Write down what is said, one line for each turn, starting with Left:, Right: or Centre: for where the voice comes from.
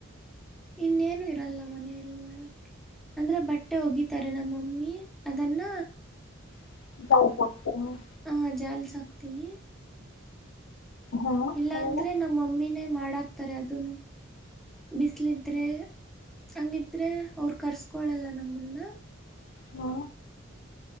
Centre: ಇನ್ನೇನು ಇರಲ್ಲ ಮನೆಯಲ್ಲಿ ಮಾಡಕ ಅಂದ್ರೆ ಬಟ್ಟೆ ಒಗಿತಾರೆ ನಮ್ಮಮ್ಮಿ ಅದನ್ನ
Left: <inaudible>
Centre: ಹಾ ಜಾಲ್ಸ ಹಾಕ್ತೀನಿ
Left: ಹಾಂ
Centre: ಇಲ್ಲಾಂದ್ರೆ
Left: ಆಮೇಲೆ
Centre: ನಮ್ಮ ಮಮ್ಮಿನೇ ಮಾಡಾಕ್ತಾರೆ ಅದನ್ನೂ ಬಿಸಿಲಿದ್ರೆ ಹಂಗಿದ್ರೆ ಅವ್ರು ಕರ್ಸ್ಕೊೊಳ್ಳಲ್ಲ ನಮ್ಮನ್ನ
Left: ಹ್ಮ